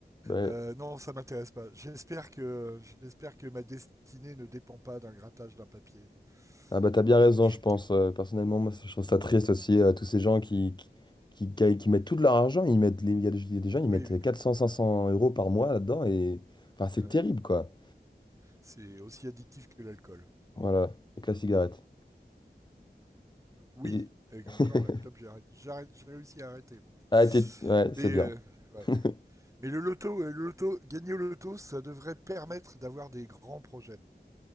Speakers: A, on the left; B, on the right.
A: Ouais.
B: Euh, non, ça m'intéresse pas. J'espère que j'espère que ma destinée ne dépend pas d'un grattage d'un papier.
A: Ah bah t'as
B: Tu
A: bien
B: vois?
A: raison,
B: Que je suis.
A: je pense.
B: quel-
A: Euh, personnellement, moi, je trouve ça triste aussi, euh, tous ces gens qui, qui, qui, qui- qui mettent tout de leur argent, ils mettent, les- il y a des, il y a des gens, ils
B: Oui,
A: mettent
B: oui.
A: quatre cents cinq cents euros par mois là-dedans, et enfin, c'est
B: Ah
A: terrible,
B: oui.
A: quoi.
B: C'est aussi addictif que l'alcool.
A: Voilà, avec la cigarette.
B: Oui,
A: Et...
B: et
A: <laughs>
B: encore la clope, j'ai arrêté- j'ai arrêté- j'ai réussi à arrêter. moi.
A: Ah, t'es- Ouais,
B: Mais,
A: c'est bien.
B: euh, ouais.
A: <laughs>
B: Mais le loto, euh, le loto, gagner au loto, ça devrait permettre d'avoir des grands projets.